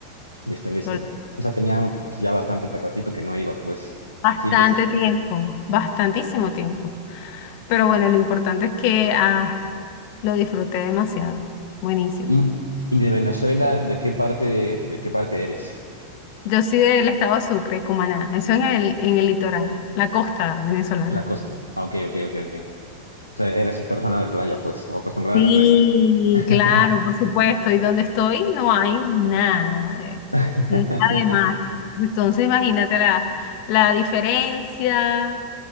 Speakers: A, on the left; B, on the left.
A: Listo, listo.
B: volví.
A: O sea, tenía pues, ya bastante te- ratito que no ibas, pues.
B: Bastante
A: Sí, pues.
B: tiempo, bastantísimo tiempo. Pero bueno, lo importante es que ah, lo disfruté demasiado. Buenísimo.
A: ¿Y, y de Venezuela, de qué parte, de qué parte eres?
B: Yo soy del estado de Sucre, Cumaná. Eso en el, en el litoral, la costa venezolana.
A: La costa. Ah, ok, ok, ok, ok. O sea, eres persona de playa, pues, o acostumbrada
B: Sí,
A: a la playa. <laughs>
B: claro, por supuesto. Y donde estoy no hay nada de,
A: <laughs>
B: nada de mar. Entonces imagínate la, la diferencia.